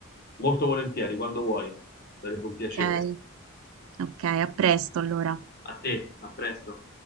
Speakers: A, on the left; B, on the right.
A: Molto volentieri, quando vuoi. Sarebbe un piacere.
B: Ok, ok, a presto allora.
A: A te, a presto.